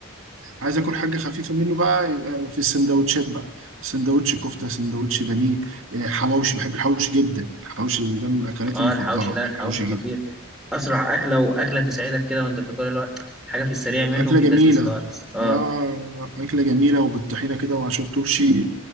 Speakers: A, on the right; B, in the centre.
A: عايز اكل حاجه خفيفه منه بقى يبقى في السندوتشات بقى سندوتش كفته سندوتش بانيه آه، حواوشي بحب الحواوشي جدا الحواوشي ده من اكلاتي
B: اه
A: المفضله
B: الحوشي لا
A: بحب
B: الحوشي
A: الحواوشي
B: خطير
A: جدا
B: اسرع اكله واكله تسعدك كده وانت بتاكلها اللي هو حاجه في السريع منه
A: اكله
B: وفي
A: جميله
B: اللذيذ خالص اه
A: اه اكله جميله وبالطحينه كده وعشان الترشي